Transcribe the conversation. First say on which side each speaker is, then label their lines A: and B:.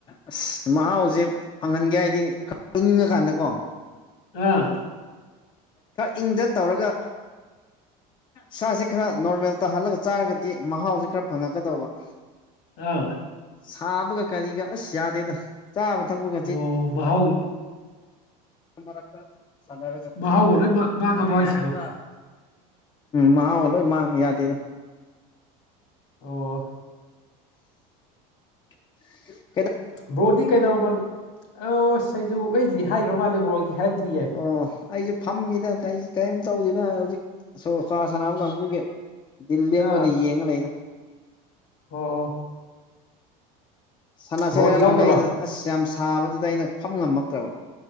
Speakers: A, on the left (about 25°); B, on the left (about 65°).
A: ꯑꯁ ꯃꯍꯥꯎꯁꯦ ꯐꯪꯍꯟꯒꯦ ꯍꯥꯏꯗꯤ ꯈꯔ ꯏꯡꯉꯀꯥꯟꯗ ꯀꯣ
B: ꯑꯥ
A: ꯈꯔ ꯏꯪꯗ ꯇꯧꯔꯒ ꯏꯁꯥꯁꯤ ꯈꯔ ꯅꯣꯔꯃꯦꯜ ꯇꯥꯍꯜꯂꯒ ꯆꯥꯔꯒꯗꯤ ꯃꯍꯥꯎꯁꯤ ꯈꯔ ꯐꯪꯉꯛꯀꯗꯧꯕ
B: ꯑꯥꯎ
A: ꯁꯥꯕꯒ ꯀꯔꯤꯒ ꯑꯁ ꯌꯥꯗꯦꯗ ꯆꯥꯕ ꯊꯛꯄꯒ
B: ꯑꯣ ꯃꯍꯥꯎ
A: ꯃꯔꯛ ꯃꯔꯛꯇ ꯁꯥꯟꯅꯔꯒ
B: ꯃꯍꯥꯎꯒ
A: ꯆꯦꯟꯕꯗꯤ
B: ꯂꯣꯏ ꯃꯥꯡꯉꯕꯣ
A: ꯌꯥ
B: ꯍꯥꯏꯁꯤꯕꯣ
A: ꯌꯥꯔꯣꯏꯀꯣ ꯃꯍꯥꯎꯒ ꯂꯣꯏ ꯃꯥꯡꯉꯦ ꯌꯥꯗꯦꯗ
B: ꯑꯣ
A: <inaudible>
B: ꯕ꯭ꯔꯣꯗꯤ ꯀꯩꯗꯧꯔꯝꯕꯅꯣ ꯑꯁ ꯑꯩꯖꯨ ꯑꯩꯒꯤꯗꯤ ꯍꯥꯏꯈ꯭ꯔ ꯃꯥꯜꯂꯦ ꯕ꯭ꯔꯣꯒꯤ ꯍꯥꯏꯔꯛꯇ꯭ꯔꯤꯌꯦ
A: ꯑꯣ ꯑꯩꯁꯨꯦ ꯐꯝꯃꯤꯗ ꯀꯩ ꯀꯔꯤꯝ ꯇꯧꯗꯦꯗ ꯍꯧꯖꯤꯛ ꯁꯣꯛ ꯀ ꯁꯥꯟꯅꯕ ꯀꯥꯡꯕꯨꯒꯤ ꯗꯤꯜ ꯂꯦꯟꯕ
B: ꯑꯥ
A: ꯑꯣꯏꯅ ꯌꯦꯡꯉ ꯂꯩꯗ
B: ꯑꯣ
A: ꯁꯥꯟꯅꯁꯦ
B: ꯕ꯭ꯔꯣꯗꯤ
A: ꯍꯥꯏꯔꯝꯕꯅꯦ
B: ꯌꯥꯎꯗꯕ
A: ꯑꯩꯅ ꯑꯁ ꯌꯥꯝ ꯁꯥꯕꯗꯨꯗ ꯑꯩꯅ ꯐꯝ ꯉꯝꯃꯛꯇ꯭ꯔꯕ